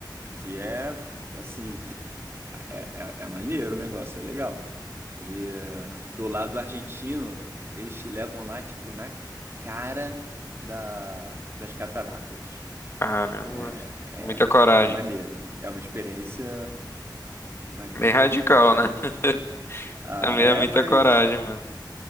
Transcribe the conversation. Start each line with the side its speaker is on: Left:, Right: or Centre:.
Right: que é assim, <laughs> é, é é maneiro o negócio, é legal. E eh, do lado argentino, eles te levam lá, tipo, na cara da, das cataratas.
Left: caramba.
Right: É,
Left: Muita coragem.
Right: é, é maneiro. É uma experiência maneira.
Left: Bem radical, né? <laughs>
Right: Ah,
Left: É mu-
Right: é,
Left: é muita
Right: mas.
Left: coragem, mano.